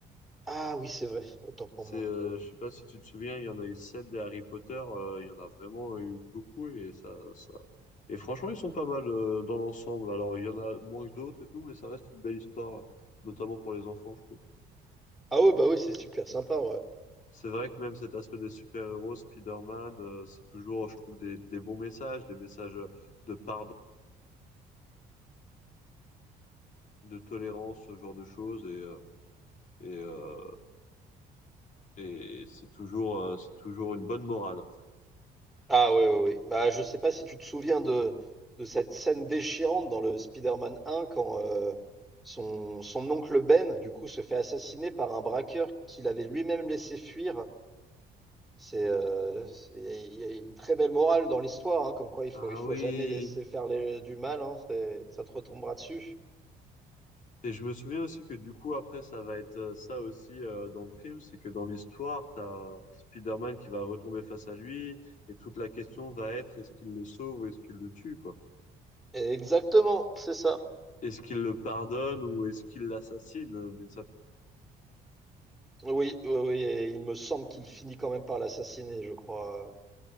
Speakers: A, in the centre; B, on the left.
A: Ah oui, c'est vrai. Autant pour
B: C'est,
A: moi.
B: euh,
A: oui.
B: je sais pas si tu te souviens, il y en a eu sept des Harry Potter, euh, il y en a vraiment eu beaucoup et ça, ça... Et franchement, ils sont pas mal euh, dans l'ensemble. Alors, il y en a moins que d'autres et tout, mais ça reste une belle histoire, notamment pour les enfants, je trouve.
A: Ah oui, bah oui, c'est super sympa. ouais.
B: C'est vrai que même cet aspect des super-héros, Spider-Man, euh, c'est toujours, je trouve, des, des bons messages, des messages euh, de pardon, de tolérance, ce genre de choses, et, euh, et, euh, et c'est toujours, euh, c'est toujours une bonne morale, en fait.
A: Ah oui, oui, oui. Bah, je sais pas si tu te souviens de, de cette scène déchirante dans le Spider-Man 1 quand euh, son, son oncle Ben, du coup, se fait assassiner par un braqueur qu'il avait lui-même laissé fuir. C'est, euh, c'est- il y a une très belle morale dans l'histoire, hein, comme quoi il faut,
B: Ah
A: il faut
B: oui!
A: jamais laisser faire les- du mal, hein, c'est- ça te retombera dessus.
B: Et je me souviens aussi que du coup, après, ça va être euh, ça aussi euh, dans le film, c'est que dans l'histoire, t'as as Spider-Man qui va retomber face à lui, et toute la question va être est-ce qu'il le sauve ou est-ce qu'il le tue, quoi?
A: exactement, c'est ça.
B: Est-ce qu'il le pardonne ou est-ce qu'il l'assassine euh, d'une certaine...
A: Oui, oui, oui, et il me semble qu'il finit quand même par l'assassiner, je crois. euh,